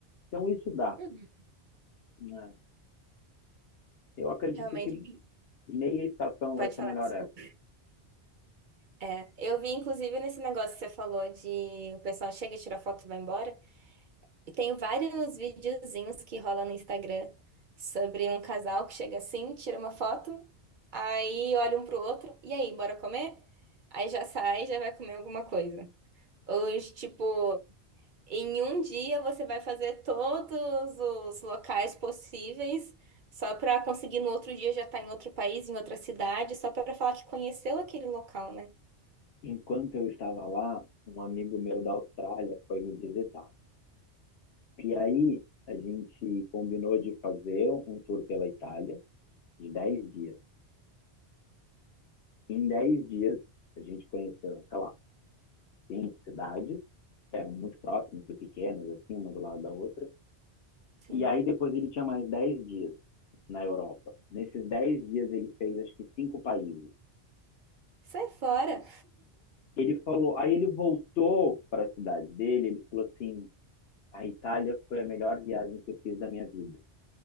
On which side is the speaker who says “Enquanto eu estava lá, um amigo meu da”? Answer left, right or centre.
Left